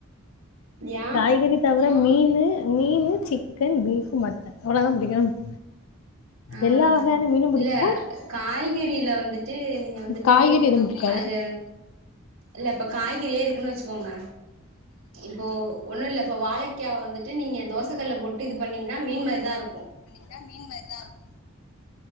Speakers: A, on the right; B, on the left.
A: ஏ
B: காய்கறி தவர மீனு மீனு சிக்கன் பீப் மட்டன் அவ்ளோதா புடிக்கு
A: ஆ
B: எல்லா வகையான மீனு புடிக்கு
A: இல்ல காய்கறில வந்துட்டு நீங்க வந்துட்டு
B: காய்கறி எதுவு புடிக்காது
A: அது இல்ல இப் காய்கறியே இருக்குன்னு வச்சுக்கோங்க இப்போ ஒண்ணு இல்ல இப்போ ஒன்னு இல்ல வாழைக்காய வந்துட்டு நீங்க தோச கல்ல போட்டு ட்டு இது பண்ணீங்கன்னா மீன் மாரிதா இருக்கு
B: ன்னா மீன் மாரிதா இருக்கு